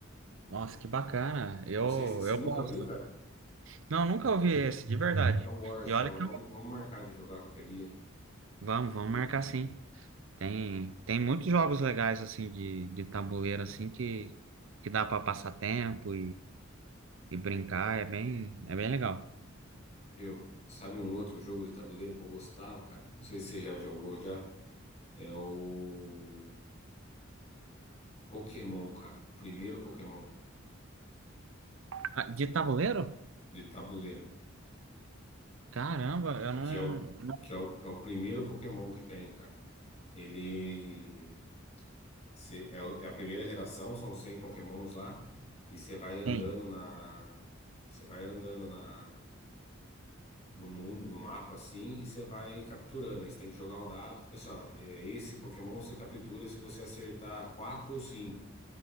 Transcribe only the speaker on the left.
Não sei se você
nunca
viu, cara?
É o War, chama.
Vamos, vamos marcar de jogar qualquer dia,
viu? Sabe um outro jogo de tabuleiro que eu gostava, cara? Não sei se você já jogou já. É o. Pokémon, cara. Primeiro Pokémon
de tabuleiro,
que é o
que é o, é o primeiro Pokémon que tem, cara. Ele cê- é, o- é a primeira geração, são 100 Pokémons lá, e você vai andando
na você vai andando na no mundo, no mapa assim, e você vai capturando. Aí você tem que jogar o dado, tipo assim, ó, é, esse Pokémon você captura se você acertar quatro ou cinco.